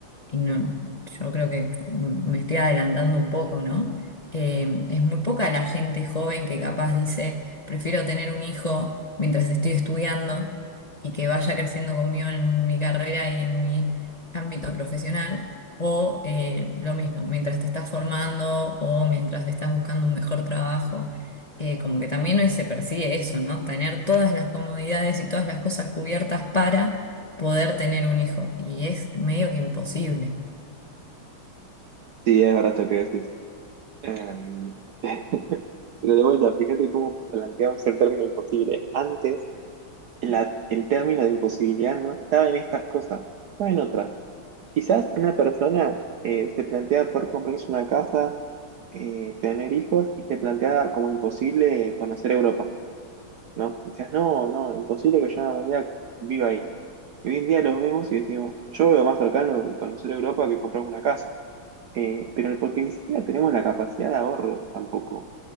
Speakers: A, on the left (about 45°); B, on the right (about 70°).
A: y no, yo creo que me estoy adelantando un poco, ¿no? Eh, es muy poca la gente joven que capaz dice, prefiero tener un hijo mientras estoy estudiando y que vaya creciendo conmigo en mi carrera y en mi ámbito profesional, o eh, lo mismo, mientras te estás formando o mientras estás buscando un mejor trabajo. Eh, como que también hoy se persigue eso, ¿no? Tener todas las comodidades y todas las cosas cubiertas para poder tener un hijo. Y es medio que imposible.
B: Sí, es verdad esto que decís. Em, <laughs> pero de vuelta, fíjate cómo planteamos el término imposible. Antes la- el término de imposibilidad no estaba en estas cosas, estaba en otras. Quizás una persona eh, se plantea por comprarse una casa, eh, tener hijos y se plantea como imposible conocer Europa, ¿no? Decías, no, no, imposible que yo algún día viva ahí. Y hoy en día los vemos y decimos, yo veo más cercano y conocer Europa que comprarme una casa. Eh, pero porque ni siquiera tenemos la capacidad de ahorro tampoco.